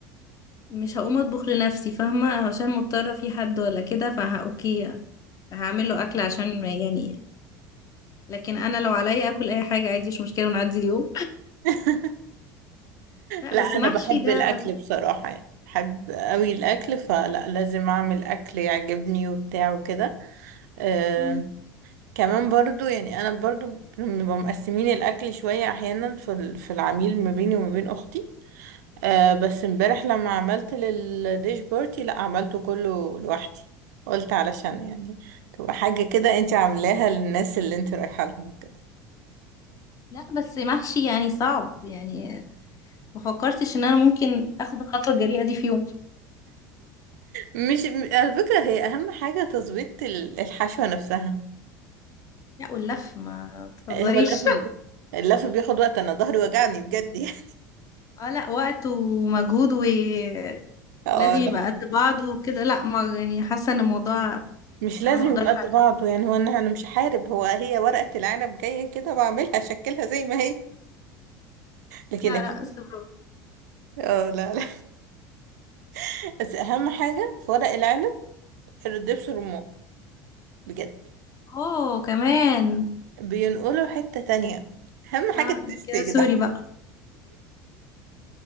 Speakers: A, on the left (about 35°); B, on the right (about 65°).
A: مش هقوم اطبخ لنفسي فاهمه عشان مضطره في حد ولا كده فها اوكي هعمل له اكل عشان ما- يعني لكن انا لو عليا اكل اي حاجه عادي مش مشكله ونعدي اليوم
B: <laughs>
A: لا
B: لا
A: بس
B: انا
A: محشي
B: بحب
A: ده
B: الاكل بصراحه يعني بحب قوي الاكل فلا لازم اعمل اكل يعجبني وبتاع وكده آه
A: مم.
B: كمان برضو يعني انا برضو بنبقى مقسمين الاكل شويه احيانا في ال- في العميل ما بيني وما بين اختي آه بس امبارح لما عملت للديش بارتي لا عملته كله لوحدي قلت علشان يعني تبقى حاجة كده انت عاملاها للناس اللي انت رايحة لهم كده
A: لا بس محشي يعني صعب يعني ما فكرتش ان انا ممكن اخد الخطوه الجريئه دي في يوم
B: مش م- على فكرة هي أهم حاجة تظبيط ال- الحشوة نفسها
A: لا واللف ما تهزريش
B: هو اللف
A: <laughs>
B: اللف بياخد وقت أنا ظهري وجعني بجد يعني
A: اه لا وقت ومجهود ولازم
B: <laughs> اه
A: يبقى
B: ده
A: قد بعض وكده لا ما يعني حاسه ان الموضوع
B: مش لازم
A: انا ما اقدرش
B: يبقى قد
A: عليه
B: بعضه يعني هو أنا أنا مش هحارب هو هي ورقة العنب جاية كده بعملها أشكلها زي ما هي لكن
A: لا
B: أكيد
A: لا بس برافو
B: اه لا لا <laughs> بس أهم حاجة في ورق العنب الدبس رمان بجد
A: اوه كمان
B: بينقله حتة تانية أهم حاجة
A: اه
B: التست
A: كده
B: يا جدع
A: سوري بقى